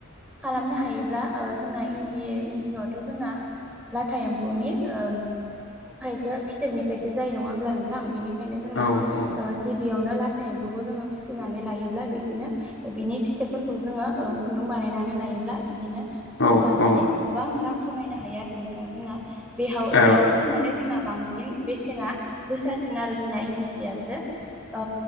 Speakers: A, in the centre; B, on the left.
A: खालामनो हायोब्ला ओ जोंना इन्दि इन्डियाआवथ' जोंना लाथा एम्फौनि ओ फायसो फिथोबनिफ्रायसो जायो नङा होमब्ला नोंथां बेनिखायनो जोंना
B: औ
A: गि बियावनो लाथा एम्फौखौ जोङो फिसिनानै लायोब्ला बिदिनो बिनि फिथोबफोरखौ जोङो ओ खुन्दुं बानायनानै लायोब्ला बिदिनो सि
B: औ
A: दानानै
B: औ
A: गोबां रां खामायनो हायो आरो नोंथाङा जोंना बेहाव
B: औ
A: बेयावसो माने जोंना बांसिन बेसेना गोसासिन आरो जोंना इंन्दिसियासो। ओ